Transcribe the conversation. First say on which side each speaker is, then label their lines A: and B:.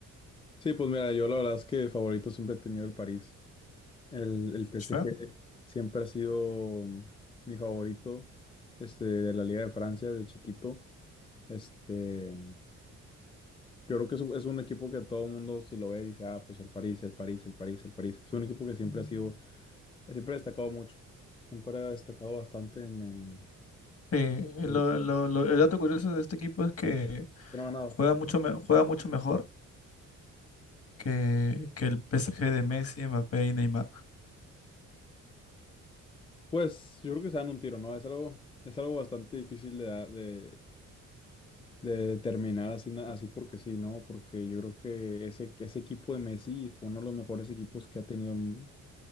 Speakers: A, on the left; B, on the left.
A: Sí, pues mira, yo la verdad es que favorito siempre he tenido el París. El, el PSG
B: Sí.
A: siempre ha sido mi favorito, este, de la Liga de Francia de chiquito. Este, yo creo que es, un es un equipo que todo el mundo si lo ve dice, ah, pues el París, el París, el París, el París. Es un equipo que siempre ha sido, siempre ha destacado mucho. Siempre ha destacado bastante en, en
B: Sí, y
A: de-
B: lo- lo- lo- el dato curioso de este equipo es que
A: pero no, no.
B: juega mucho, me- juega mucho mejor que, que el PSG de Messi, Mbappé y Neymar.
A: Pues yo creo que se dan un tiro, ¿no? Es algo, es algo bastante difícil de dar, de, de terminar así, na- así porque sí, ¿no? Porque yo creo que ese, que ese equipo de Messi fue uno de los mejores equipos que ha tenido el